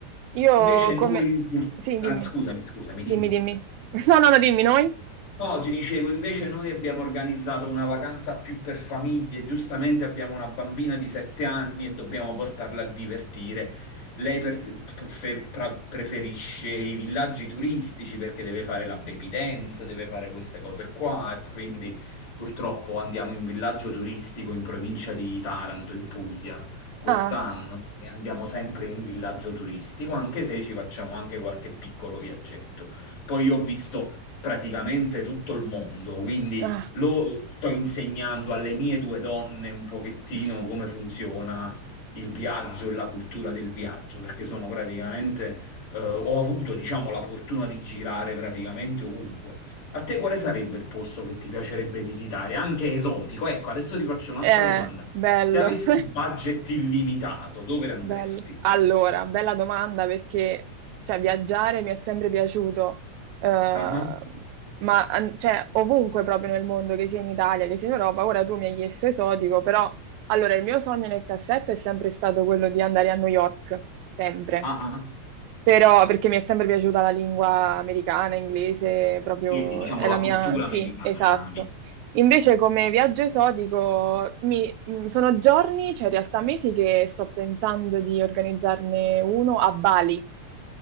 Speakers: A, on the right (about 80°); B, on the left (about 70°).
A: Io
B: Invece noi,
A: come...
B: pur-
A: Sì, dimmi,
B: ah, scusami, scusami,
A: dimmi,
B: dimmi pure.
A: dimmi. <laughs> No, no, no, dimmi noi.
B: No, ti dicevo, invece noi abbiamo organizzato una vacanza più per famiglie, giustamente abbiamo una bambina di sette anni e dobbiamo portarla a divertire. Lei per- prefe- pra- preferisce i villaggi turistici perché deve fare la baby dance, deve fare queste cose qua e quindi purtroppo andiamo in villaggio turistico in provincia di Taranto, in Puglia, quest'anno
A: Ah,
B: e andiamo sempre in villaggio turistico, anche se ci facciamo anche qualche piccolo viaggetto. Poi io ho visto praticamente tutto il mondo, quindi
A: ah.
B: lo sto insegnando alle mie due donne un pochettino
A: <laughs>
B: come funziona il viaggio e la cultura del viaggio, perché sono praticamente, eh, ho avuto, diciamo, la fortuna di girare praticamente ovunque. A te quale sarebbe il posto che ti piacerebbe visitare, anche esotico? Ecco, adesso ti faccio un'altra
A: Eh,
B: domanda.
A: bello.
B: Se avessi
A: <laughs>
B: budget illimitato, dove andresti?
A: Bello. Allora, bella domanda perché cioè, viaggiare mi è sempre piaciuto, eh, ma
B: Ah ah.
A: an- cioè, ovunque proprio nel mondo, che sia in Italia, che sia in Europa, ora tu mi hai chiesto esotico, però allora il mio sogno nel cassetto è sempre stato quello di andare a New York, sempre.
B: Ah ah.
A: Però perché mi è sempre piaciuta la lingua americana, inglese, proprio
B: Sì, sì, diciamo
A: è
B: la
A: la
B: cultura
A: mia... Sì,
B: americana.
A: esatto.
B: mi-
A: Invece come viaggio esotico, mi... mh, sono giorni, cioè in realtà mesi che sto pensando di organizzarne uno a Bali.